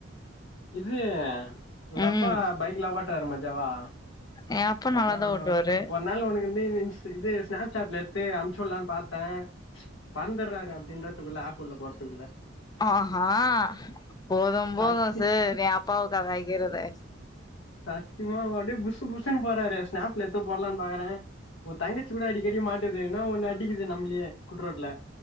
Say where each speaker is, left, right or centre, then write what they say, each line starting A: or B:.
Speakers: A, on the left (about 70°); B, on the left (about 20°).
A: இது உங்கப்பா
B: ம்
A: பைக்லா ஓட்றாரு மஜாவா
B: எ அப்பா நல்லாதா
A: அதா
B: ஓட்டுவாரு
A: ஒர் நாள் ஒனுக்கு இந்திஸ் இது ஸ்நாப் சாட்ல எத்து அம்ச்சுல்லான் பாத்தே பறந்தர்றாரு அப்டீன்றதுக்குள்ள ஆப் உள்ள போறத்துகுள்ள
B: ஆஹா போதும்
A: சத்தி
B: போது சே நீ அப்பாவக் கலாய்க்கிறதே
A: சத்தியமாவு அப்டியே புசு புசுனு போறாரு ஸ்நாப்ல எத்து போட்லான் பாகறே ஒ தங்கச்சி கூட அடிக்கடி மாட்டுது என்னா ஒன்னு அடிகிது நம்ளியே குட்ரோட்ல